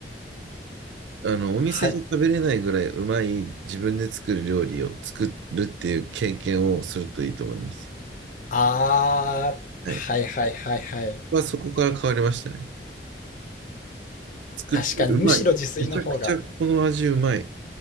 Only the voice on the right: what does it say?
あの、お店じゃ食べれないぐらいうまい自分で作る料理を作るっていう経験をするといいと思います。
はい。
はそこから変わりましたね。作ってうまい。
めちゃくちゃこの味うまい。